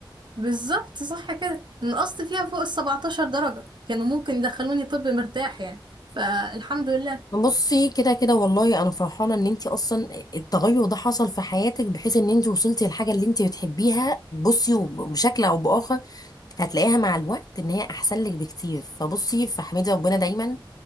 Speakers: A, on the right; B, on the left.
A: بالظبط صح كده نقصت فيها فوق ال 17 درجة كانوا ممكن يدخلوني طب مرتاح يعني فالحمد لله
B: بصي كده كده والله انا فرحانة ان انت اصلا التغير ده حصل في حياتك بحيث ان انت وصلتي للحاجة اللي انت بتحبيها بصي وب- بشكل او باخر هتلاقيها مع الوقت ان هي احسن لك بكتير فبصي فاحمدي ربنا دايما